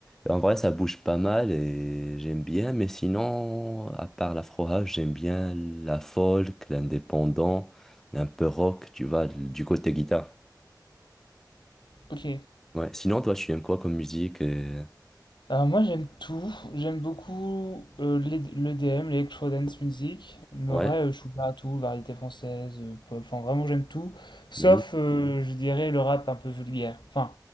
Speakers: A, in the centre; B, on the left (about 80°).
A: Et En vrai, ça bouge pas mal et j'aime bien, mais sinon, à part l'afro house, j'aime bien la folk, l'indépendant, un peu rock, tu vois, du côté guitare.
B: Ok.
A: Ouais. Sinon, toi, tu aimes quoi comme musique? euh,
B: Alors moi j'aime tout, j'aime beaucoup euh, l'EDM, l'electro-dance music, mais
A: Ouais.
B: en vrai euh, je suis ouvert à tout, variété française, euh, pop, enfin vraiment j'aime tout, sauf
A: Mhm.
B: euh, je dirais le rap un peu vulgaire, enfin